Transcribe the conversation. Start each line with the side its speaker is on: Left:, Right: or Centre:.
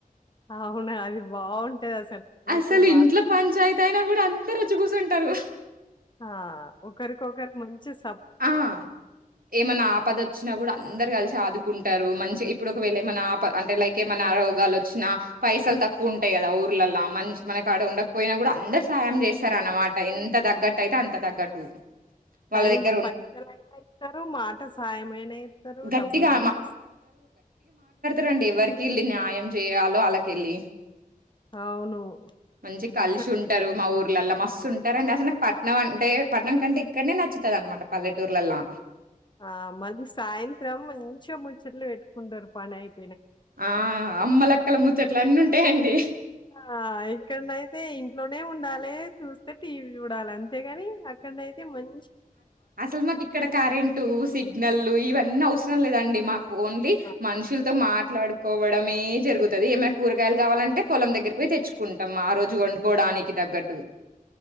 Left: ఆవునా అది బావుంటదసలు. పల్లెటూరు
Right: అసలు ఇంట్లో
Left: వాతావరణం.
Right: పంచాయతీ అయినా కూడా అం దరొచ్చి కూచుంటారు
Left: ఆ ఒకరికొకరు మంచి స్
Right: ఆ ఏమన్నా ఆపద వచ్చినా కూడా అందరు కలిసి ఆదు కుంటారు మంచి ఇప్పుడు ఒకవేళేమన్నా ఆప అంటే లైక్ ఏమనా రోగాలు వచ్చినా పైసలు తక్కువ ఉంటాయి కదా ఊర్లలా, మంచి మనకాడ ఉండకపోయినా కూడా అందరు సాహాయం చేస్తారు, అనమాట ఎం త దగ్గట్టు అయితే అంత దగ్గట్టు వాళ్ళ
Left: టైంకి
Right: దెగ్గ్
Left: పైసలైనా ఇతరు మాట సాయంమయినా ఎత్తరు
Right: గట్టిగా
Left: డబ్బులైనా ఇస్తా
Right: ర అండి ఎవరికెళ్ళి న్యాయం చేయాలో అల్లాకెళ్ళి
Left: అవును.
Right: మంచి కలిసి
Left: అసలు
Right: ఉంటారు మా ఊర్లలో మ మస్తు ఉంటారండి అసలు పట్నం అంటే పట్నం కంటే ఇక్కడనే నచ్చు ద అన్నమాట పల్లటూర్లలా
Left: ఆ మళ్ళీ సాయంత్రం మంచిగా ముచ్చట్లు పెట్టుకుంటారు పనైపో
Right: ఆ అమ్మలక్కల ముచ్చట్ ట్లన్నీ ఉంటాయండి
Left: ఆ! ఇక్కడనైతే ఇంట్లోనే ఉండాలి చూస్తే టీవీ చూడాలి అంతేగాని అక్కడ నయితే మం
Right: అసలు మాకు ఇక్కడ కరెంటు సిగ్నల్ ఇవ న్ని అవసరం లేదండి మాక్ ఓన్లీ
Left: ఆ!
Right: మనుషులతో మాట్ మాట్లాడుకోవడమే జరుగుతది ఏమైనా కూరగాయలు కావాలంటే పొలం దగ్గర పోయి తెచ్చుకుంటాం ఆ రోజు వండుకోవడానికి తగ్గట్టు